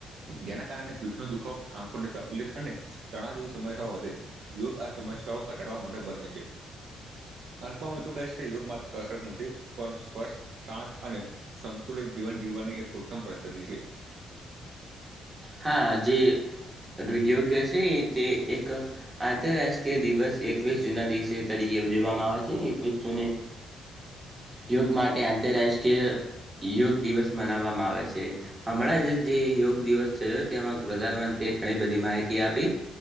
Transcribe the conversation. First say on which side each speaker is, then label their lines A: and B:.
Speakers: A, on the right; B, on the right.
A: જેના કારણે પીઠનો દુખાવો આંખોની તકલીફ અને તણ જેવી સમસ્યા વધે છે યોગ આ સમસ્યાઓ ઘટાડવા માટે બને છે અંકમાં એટલું કઈ છે યોગ માત્ર સરસસ નથી પરંતુ સ્વસ્થ શાંત અને સંતુલિત જીવન જીવવાની એક ઉત્તમ પદ્ધતિ છે
B: હા જે યોગ છે તે એક આંતરરાષ્ટ્રીય દિવસ એકવીસ જૂના દિવસે તરીકે ઉજવવામાં આવે છે એકવીસ જૂને યોગ માટે આંતરરાષ્ટ્રીય યોગ દિવસ મનાવવામાં આવે છે હમણાં જ જે યોગ દિવસ જો તેમાં પ્રધાનમંત્રીએ ઘણી બધી માહિતી આપી